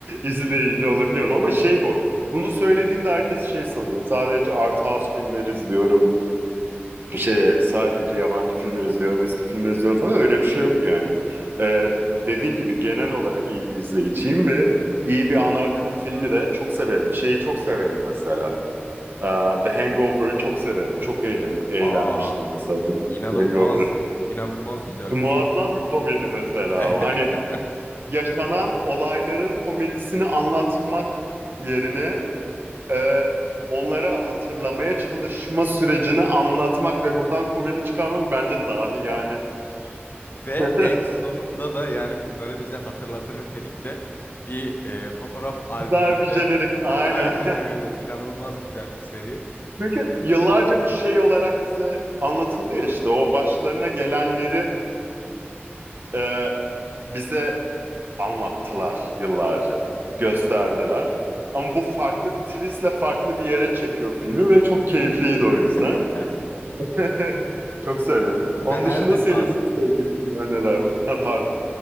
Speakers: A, on the right; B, on the left.
A: izleyici olabiliyorum ama şey bu. Bunu söylediğimde herkes şey sanıyor. Sadece art house filmleri izliyorum şey sadece yabancı filmler izliyorum, eski filmler izliyorum falan öyle bir şey yok yani. Ee, dediğim gibi genel olarak iyi bir izleyiciyim ve iyi bir ana akım filmi de çok severim. Şeyi çok severim mesela. Ee, The Hangover'ı çok severim. Çok eğlen eğlenmiştim
B: Aa,
A: mesela.
B: inanılmaz,
A: The Hangover'ı.
B: inanılmaz güzel
A: Muazzam
B: bir seri.
A: bir komedi mesela
B: <laughs>
A: o. Hani yaşanan olayların komedisini anlatmak yerine e, onlara hatırlamaya çalışma sürecini anlatmak ve buradan komedi çıkarmak bence dahi yani bir fikir.
B: Ve
A: <laughs>
B: en sonunda da yani bunları bize hatırlatır nitelikte bir e, fotoğraf albümünde.
A: daha bir jenerik aynen.
B: Aynen öyle. İnanılmaz güzel bir seri.
A: <laughs> Çünkü yıllarca bu şey olarak bize anlatıldı ya işte o başlarına gelenleri e, bize anlattılar yıllarca.
B: Hı
A: Gösterdiler.
B: hı. Hı hı.
A: Ama bu farklı bir twistle farklı bir yere çekiyor filmi ve çok keyifliydi o
B: <laughs>
A: yüzden. <laughs> Çok severim.
B: Ve
A: Onun
B: her
A: dışında
B: defasında
A: senin sevdiğin neler var? Ha, pardon.